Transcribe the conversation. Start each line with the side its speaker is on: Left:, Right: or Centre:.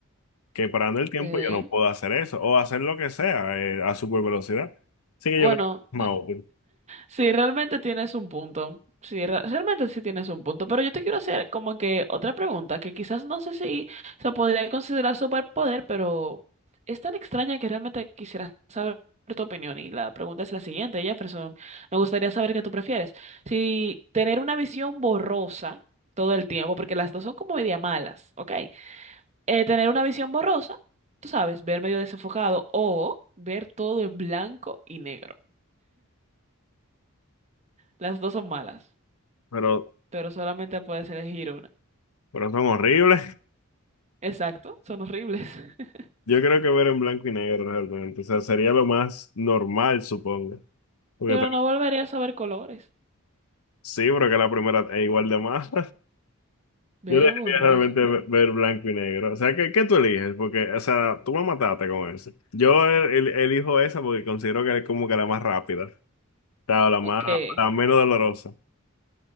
Left: que parando el tiempo
Right: Eh,
Left: yo no puedo hacer eso, o hacer lo que sea, eh, a super velocidad. Así que
Right: Bueno,
Left: yo creo que es más útil,
Right: Sí, realmente tienes un punto. Sí, re- realmente sí tienes un punto. Pero yo te quiero hacer como que otra pregunta, que quizás no sé si se podría considerar superpoder, pero es tan extraña que realmente quisiera saber tu opinión. Y la pregunta es la siguiente, Jefferson. Me gustaría saber qué tú prefieres. Si tener una visión borrosa todo el tiempo, porque las dos son como media malas, ¿ok? Eh, tener una visión borrosa, tú sabes, ver medio desenfocado o ver todo en blanco y negro. Las dos son malas.
Left: pero,
Right: pero solamente puedes elegir una.
Left: pero son horribles. <laughs>
Right: Exacto, son horribles. <laughs>
Left: Yo creo que ver en blanco y negro realmente, o sea, sería lo más normal, supongo. Porque
Right: Pero
Left: ta-
Right: no volverías a ver colores.
Left: sí, pero que la primera es igual de más.
Right: ver
Left: Yo debería
Right: borroso
Left: realmente
Right: todo
Left: ve-
Right: el tiempo.
Left: ver blanco y negro. O sea, ¿qué, qué tú eliges? Porque, o sea, tú me mataste con eso. Yo el- el- elijo esa porque considero que es como que la más rápida. O sea, la
Right: Ok.
Left: más,
Right: <laughs>
Left: la menos dolorosa.